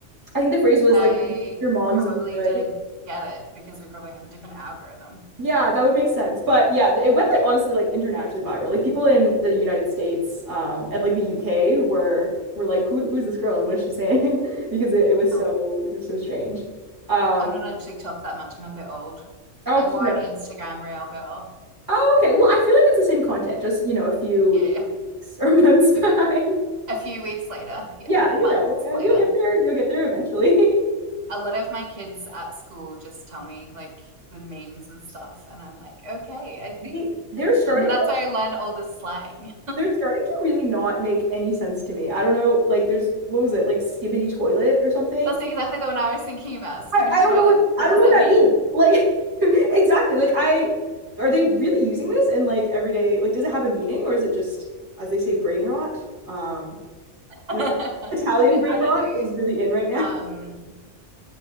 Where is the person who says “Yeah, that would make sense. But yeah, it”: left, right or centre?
Right